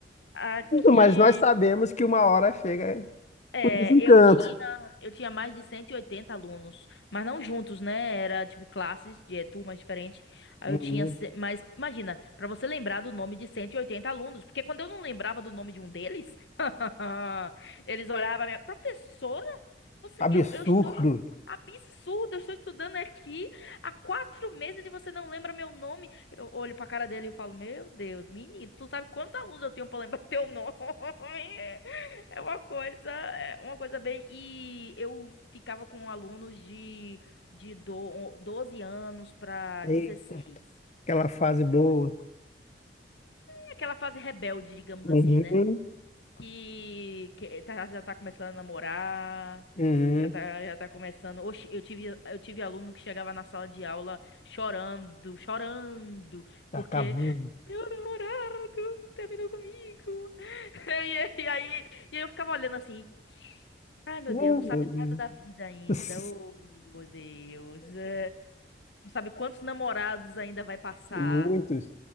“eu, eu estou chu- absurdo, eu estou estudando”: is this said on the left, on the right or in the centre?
Left